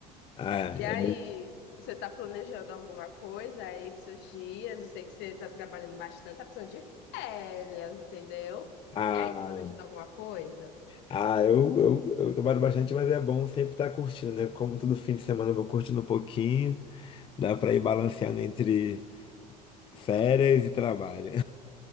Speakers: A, on the left (about 25°); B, on the left (about 55°).
A: Ah,
B: E
A: é,
B: aí, você tá planejando alguma coisa aí pros seus dias? Eu sei que você tá trabalhando bastante, tá precisando de férias, entendeu?
A: ah,
B: E aí, planejando alguma coisa?
A: ah eu, eu, eu trabalho bastante, mas é bom sempre estar curtindo, né? Como todo fim de semana eu vou curtindo um pouquinho, dá para ir balanceando entre férias e trabalho.